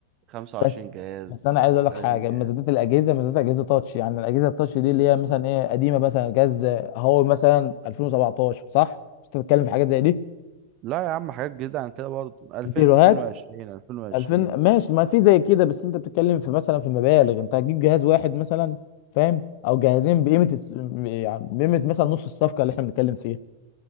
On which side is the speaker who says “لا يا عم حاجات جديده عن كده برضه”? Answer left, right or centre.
Right